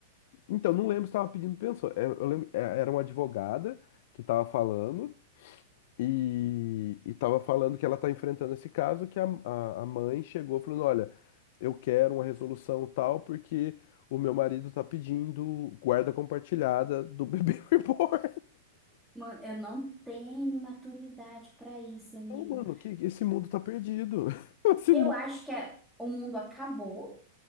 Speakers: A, on the left (about 60°); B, in the centre.
A: Então, não lembro se tava pedindo pensão. É, Eu lembro, é, era uma advogada que tava falando. E, e tava falando que ela tá enfrentando esse caso, que a, a, a mãe chegou falando, olha, eu quero uma resolução tal, porque o meu marido tá pedindo guarda compartilhada do bebê <laughs> reborn.
B: Mano, eu não. Tenho maturidade para isso, amigo.
A: Não, mano, que que esse mundo tá perdido. <laughs> Esse
B: Eu
A: mundo
B: acho que é- o mundo acabou